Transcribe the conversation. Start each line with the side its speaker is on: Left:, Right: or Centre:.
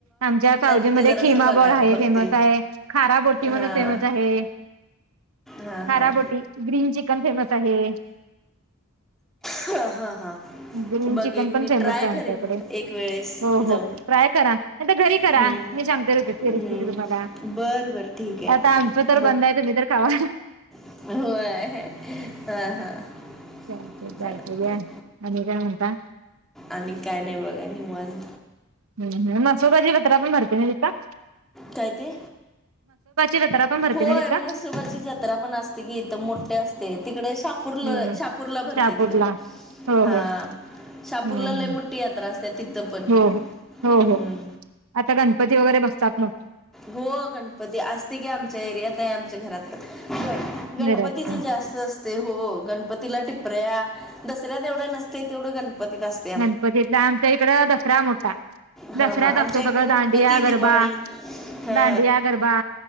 Right: आमच्या सावजीमध्ये
Centre: ना ते जरासं
Right: खिमा
Centre: बघा
Right: बळ आहे
Centre: बघते
Right: फेमस आहे. खाराबोटी
Centre: हां
Right: म्हणून फेमस आहे.
Centre: हां
Right: खाराबोटी
Centre: हां
Right: ग्रीन चिकन फेमस आहे.
Centre: हा हा हा
Right: ग्रीन
Centre: बघेन
Right: चिकन पण
Centre: मी
Right: फेमस
Centre: ट्राय
Right: आहे आमच्याकडे
Centre: करेन एक वेळेस.
Right: हो
Centre: जाऊन
Right: हो ट्राय करा नाही तर घरी करा
Centre: हम्म
Right: मी सांगते र होते ती
Centre: हम्म
Right: रेसिपी तुम्हाला
Centre: बर बर ठीक आहे
Right: आता आमचं तर बंद आहे तुम्ही तर खावा.
Centre: हो हा हा
Right: चालत चालत
Centre: चालतंय
Right: या आणि काय म्हणता.
Centre: आणि काय नाही बघा नि मन
Right: हम हम मासोबाजी पतरा पण मरते नाही देत.
Centre: काय ते
Right: जत्रा पण भरते
Centre: होय
Right: ना तिथं
Centre: मग सुरबातची जात. क्र पण असते कि इथ मोठे असते तिकडे शा. शपूरल
Right: हम्म
Centre: शापूरला भरते
Right: शहापूरला
Centre: तिकडे
Right: हो
Centre: हा.
Right: हो
Centre: शापूरला
Right: हम्म
Centre: लय मोठी यात्रा असते तिथं पण
Right: हो हो हो
Centre: हम्म.
Right: हो आता गणपती वगैरे बसतात नाग.
Centre: हो गणपती असते की आमच्या एरियात आहे आमच्या घरात ग. गणपतीच
Right: घरात पण
Centre: जास्त असत. हो गणपतीला टिपऱ्या दसऱ्या तेवढ्या नसते तेवढं गणपतीत असत.
Right: गणपतीत आमच्या इकड दसरा मोठा
Centre: हा
Right: दसऱ्यात
Centre: हा आमच्या
Right: असतो सगळं
Centre: इकडे गणपती
Right: दांडिया गरबा
Centre: दिवाळी हा
Right: दांडि गरबा.